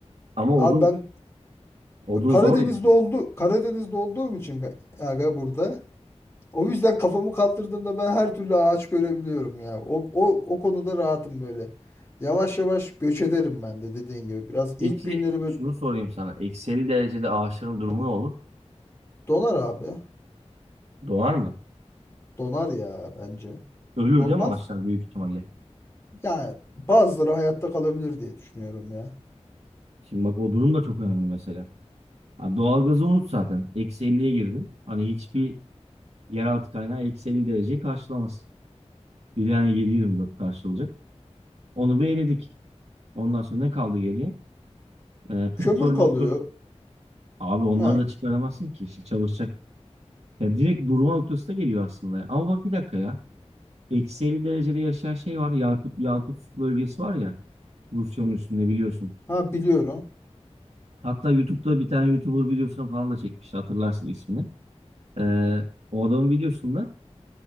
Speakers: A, on the right; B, on the left.
A: Ama
B: Abi
A: odun
B: ben
A: odun
B: Karadeniz'de
A: zor ya.
B: oldu Karadeniz'de olduğum için ga- aga burada. O yüzden kafamı kaldırdığımda ben her türlü ağaç görebiliyorum ya. O, o, o konuda rahatım böyle. Yavaş yavaş göç ederim ben de dediğin gibi. Biraz ilk
A: Peki
B: günleri böyle
A: şunu sorayım sana. Eksi 50 derecede ağaçların durumu ne olur?
B: donar abi.
A: Donar mı?
B: Donar ya bence.
A: Ölür
B: Donmaz
A: değil mi ağaçlar büyük ihtimalle?
B: Yani bazıları hayatta kalabilir diye düşünüyorum ya.
A: Şimdi bak o durum da çok önemli mesela. Ha, doğalgazı unut zaten. Eksi 50'ye girdin. Hani hiçbir yeraltı kaynağı eksi 50 dereceyi karşılamaz. Bir de yani 7-24 karşılayacak. Onu bir eledik. Ondan sonra ne kaldı geriye? Ee,
B: Kömür
A: petrol,
B: kalıyor.
A: petrol. Abi onları
B: Yani
A: da çıkaramazsın ki işte çalışacak. Ya direkt durma noktası da geliyor aslında. Ama bak bir dakika ya. Eksi 50 derecede yaşayan şey var. Yakut, Yakut bölgesi var ya. Rusya'nın üstünde biliyorsun.
B: ha biliyorum.
A: Hatta YouTube'da bir tane YouTuber videosunu falan da çekmişti. Hatırlarsın ismini. Ee, o adamın videosunda